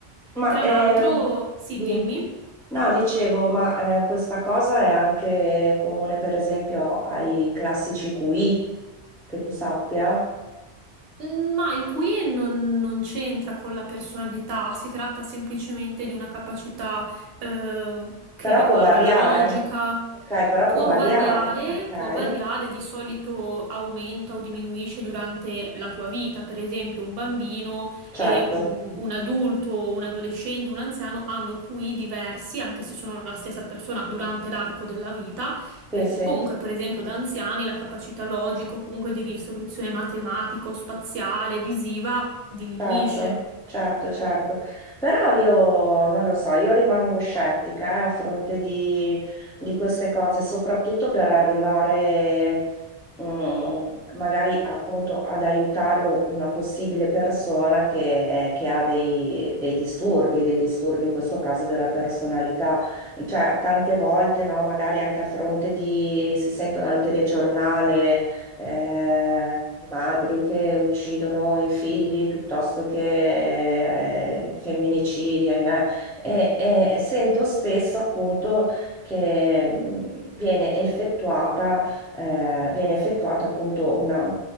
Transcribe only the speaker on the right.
Tra
l'altro, sì,
dimmi.
Mm, Ma il qui non, non c'entra con la personalità, si tratta semplicemente di una capacità eh, che
riguarda
la logica.
Può
variare,
può variare, di solito aumenta o diminuisce durante la tua vita. Per esempio, un bambino e
un, un adulto, un adolescente, un anziano hanno QI diversi, anche se sono la stessa persona durante l'arco della vita
perché
comunque, per esempio, da anziani la capacità logica o comunque di risoluzione matematica o spaziale, visiva, diminuisce.